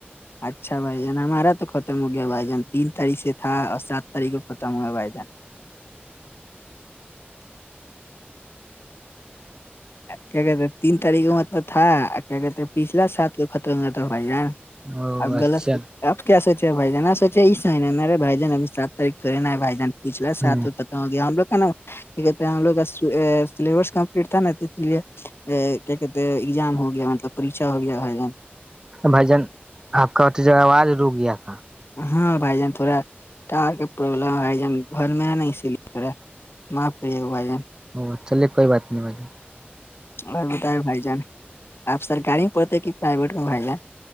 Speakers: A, on the left; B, on the right.
A: اچھا بھائی جان ہمارا تو ختم ہو گیا بھائی جان تین تاریخ سے تھا اور سات تاریخ کو ختم ہوا بھائی جان کیا کہتے تین تاریخ کا مطلب تھا کیا کہتے پچھلا ساتال کو ختم ہوا تھا بھائی یار
B: او
A: ا
B: اچھا
A: گلس اب کیا سوچے بائی جان آ سوچے یہ س ہےا میرے بھائی جن اب سات تاریخ تو ہےا ہے بھائی جان پچھلا ساتوں
B: ہ
A: تک گیا ہم لوگ کا نا ہم لوگ کا سلیبس کمپلیٹ تھا نا اس لیے کیا کہتے ایگزام ہو گیا مطلب پریچھا ہو گیا ہے
B: بھائی جان آپ کا جگہ آواز رک گیا تھا
A: ہاں بھائی جان تھوڑا ٹار کا پرابلم ہے بھائی جان گھر میں ہے نا اسی لیے تھڑا معاف کریے گا بھائیان
B: او چلیے کوئی بات نہیں بھائیی
A: اور بت بھائی جان آپ سرکاری میں پڑتے کہ پرائیویٹ میں بھائی جان